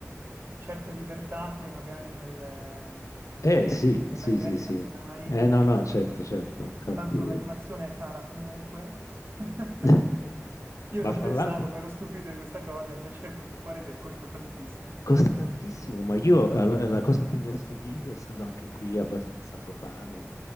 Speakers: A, on the right (about 45°); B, on the left (about 80°).
A: certe libertà che magari nel, ehm,
B: Eh sì,
A: nel
B: sì,
A: live
B: sì,
A: action
B: sì.
A: non hai.
B: Eh no, no, certo, certo, infatti.
A: Tanto l'animazione è cara comunque. <laughs>
B: <laughs>
A: Io non
B: Ma fra
A: pensavo,
B: l'altro...
A: mi ero stupito di questa cosa, invece è venuto fuori che costa tantissimo.
B: Costa tantissimo, ma io eh, la la cosa che mi ha stupito, essendo anche qui abbastanza profano,